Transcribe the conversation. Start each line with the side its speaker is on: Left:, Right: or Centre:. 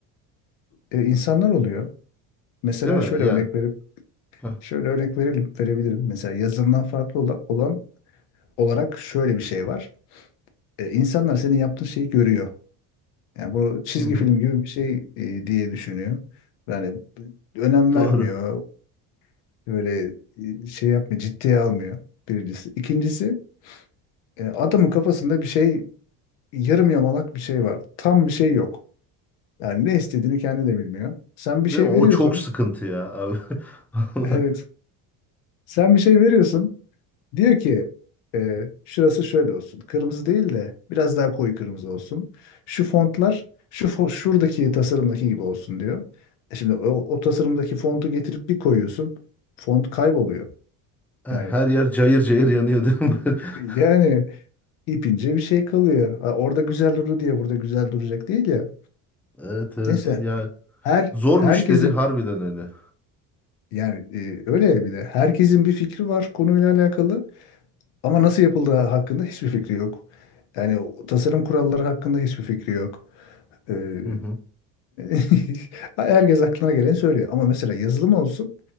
Left: E, insanlar oluyor. Mesela
Centre: Değil mi?
Left: şöyle
Centre: Yani.
Left: örnek verip
Centre: Hah,
Left: şöyle örnek verelim, verebilirim. Mesela yazılımdan farklı ola- olan olarak şöyle bir şey var. E, insanlar senin yaptığın şeyi görüyor. Yani bu çizgi
Centre: Hı hı.
Left: film gibi bir şey e, diye düşünüyor. Yani önem
Centre: Doğru.
Left: vermiyor. Böyle e, şey yapmıyor, ciddiye almıyor birincisi. İkincisi e, adamın kafasında bir şey, yarım yamalak bir şey var. Tam bir şey yok. Yani ne istediğini kendi de bilmiyor. Sen
Centre: Değil
Left: bir şey
Centre: mi? O
Left: veriyorsun.
Centre: çok sıkıntı ya abi. <laughs> Vallahi.
Left: <laughs> Evet. Sen bir şey veriyorsun. Diyor ki e, şurası şöyle olsun. Kırmızı değil de biraz daha koyu kırmızı olsun. Şu fontlar şu fo- şuradaki tasarımdaki gibi olsun diyor. E şimdi o, o tasarımdaki fontu getirip bir koyuyorsun. Font kayboluyor.
Centre: Ha,
Left: Yani
Centre: Her yer cayır cayır yanıyor değil mi? <laughs>
Left: yani ipince bir şey kalıyor. Ha, Orada güzel durdu diye burada güzel duracak değil ya.
Centre: Evet evet.
Left: Neyse
Centre: Ya
Left: her
Centre: zor
Left: herkesin
Centre: müşteri harbiden öyle.
Left: yani e, öyle ya bir de herkesin bir fikri var konuyla alakalı ama nasıl yapıldığı hakkında hiçbir fikri yok. Yani o tasarım kuralları hakkında hiçbir fikri yok. Ee,
Centre: Hı hı.
Left: <laughs> herkes aklına geleni söylüyor ama mesela yazılım olsun.